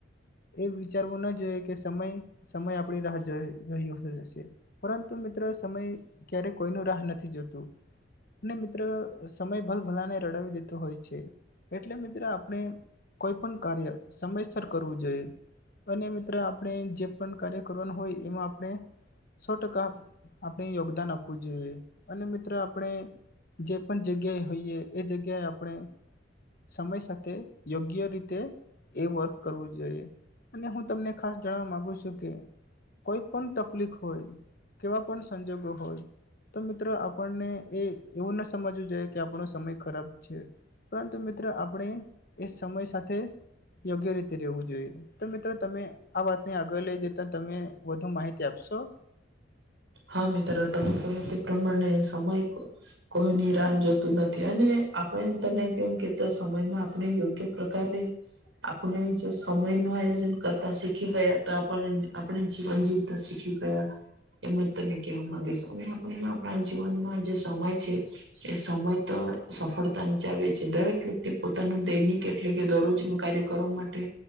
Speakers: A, on the left (about 55°); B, on the right (about 75°).
A: એ વિચારવું ના જોઈએ કે સમય સમય આપણી રાહ જો રહ્યો <unintelligible> પરંતુ મિત્ર સમય ક્યારે કોઈ નો રાહ નથી જોતું અને મિત્ર સમય ભલ ભલાને રડાવી દેતો હોય છે એટલે મિત્ર આપણે કોઈ પણ કાર્ય સમયસર કરવું જોઈએ અને મિત્ર આપણે જે પણ કાર્ય કરવાનું હોય એમાં આપણે સો ટકા આપણે યોગદાન આપવું જોઈએ અને મિત્રો આપણે જે પણ જગ્યાએ હોઈએ એ જગ્યાએ આપણે સમય સાથે યોગ્ય રીતે એ વર્ક કરવું જોઈએ અને હું તમને ખાસ જણવા માંગુ છું કે કોઈ પણ તકલીફ હોય એવા પણ સંજોગો હોય તો મિત્ર આપણને એ એવું ના સમજવું જોઈએ કે આપણો સમય ખરાબ છે પરંતુ મિત્ર આપણે એ સમય સાથે યોગ્ય રીતે રેવું જોઈએ તો મિત્રો તમે આ વાતને આગળ લઈ જતા તમે વધુ માહિતી <unintelligible>
B: હા મિત્રો <unintelligible> <unintelligible> તે પ્રમાણે સમય કોઈની રાહ જોતું નથી અને આપણે તને <unintelligible> કે સમયમાં આપણે યોગ્ય પ્રકારારે આપણે જે સમય નું આયોજન કરતા શીખી ગયા <unintelligible> આપણે જીવન જીવ તો શીખી <unintelligible> એમ જ તને કહેવા માંગીશ અને આપણે આપણા જીવનમાં જે સમય છે એ સમય તો સફળતા ની ચાવી છે દરેક વ્યક્તિ પોતાનું દૈનિક <unintelligible> દરરોજ નુ કાર્ય કરવા માટે